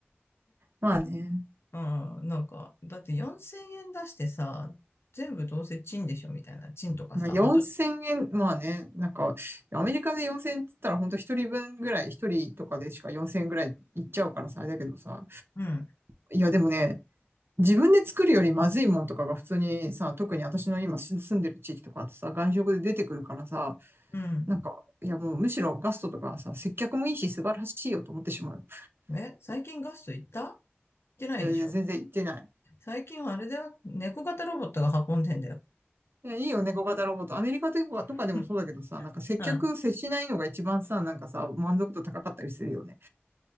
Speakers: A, on the right; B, on the left.
A: まあね。
B: <laughs> うん、なんか、だって4000円出してさ、全部どうせチンでしょみたいな。チンとかさ、
A: まあ4000円、
B: まあ、ちょっと、
A: まあね。なんか、アメリカで4000円って言ったら、ほんと一人分ぐらい、一人とかでしか4000円ぐらいいっちゃうからさ、あれだけどさ。
B: うん、
A: いや、でもね、自分で作るよりまずいもんとかが普通にさ、特に私の今住んでる地域とかってさ、外食で出てくるからさ、
B: うん。
A: なんか、いやもうむしろガストとかさ、接客もいいし素晴らしいよと思ってしまう。
B: え、最近ガスト行った行ってないでしょ。
A: いやいや、全然言ってない。
B: 最近はあれだよ。猫型ロボットが運んでんだよ。
A: いや、いいよね、猫型ロボット。アメリカとかとかでもそうだけどさ、
B: <laughs> う
A: なんか接客接しないのが一番さ、
B: ん。あ
A: なんかさ、満足度高かったりするよね。